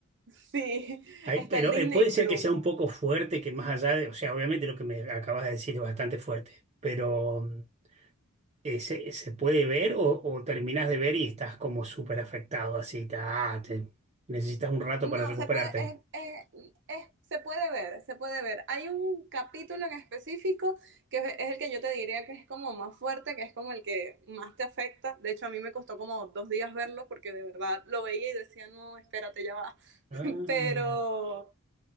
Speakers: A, on the right; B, on the right.
A: Sí,
B: Ay,
A: está
B: pero
A: en Disney
B: eh, puede ser
A: Plus.
B: que sea un poco fuerte, que más allá de, o sea, obviamente lo que me acabas de decir es bastante fuerte, pero mm, eh, ¿se, se puede ver o, o terminas de ver y estás como súper afectado, así, ta- ah, te- necesitas un rato
A: No,
B: para recuperarte?
A: se puede, es- es- es- se puede ver, se puede ver. Hay un capítulo en específico que es el que yo te diría que es como más fuerte, que es como el que más te afecta. De hecho, a mí me costó como dos días verlo porque de verdad lo veía y decía, no, espérate, ya va.
B: Ah,
A: <laughs> Pero,